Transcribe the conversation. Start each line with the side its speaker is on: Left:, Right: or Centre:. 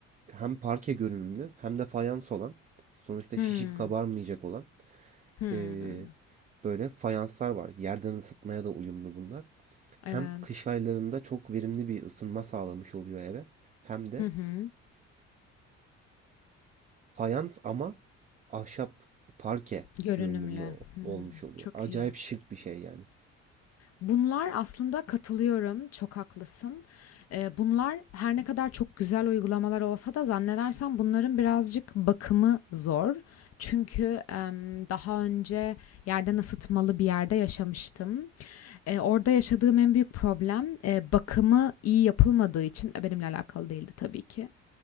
Right: hem parke görünümlü hem de fayans olan sonuçta
Left: Hmm.
Right: şişip kabarmayacak olan
Left: Hmm.
Right: eee, böyle fayanslar var. Yerden ısıtmaya da uyumlu bunlar. Hem
Left: Evet.
Right: kış aylarında çok verimli bir ısınma sağlamış oluyor eve hem de
Left: Hı hı.
Right: Fayans ama ahşap parke
Left: Görünümlü.
Right: görünümlü o-
Left: Hmm.
Right: olmuş oluyor.
Left: Çok
Right: Acayip
Left: iyi.
Right: şık bir şey yani.
Left: Bunlar aslında katılıyorum. Çok haklısın. Ee, bunlar her ne kadar çok güzel uygulamalar olsa da zannedersem bunların birazcık bakımı zor. Çünkü em, daha önce yerden ısıtmalı bir yerde yaşamıştım. Eee, orada yaşadığım en büyük problem, eee, bakımı iyi yapılmadığı için e, benimle alakalı değildi tabii ki.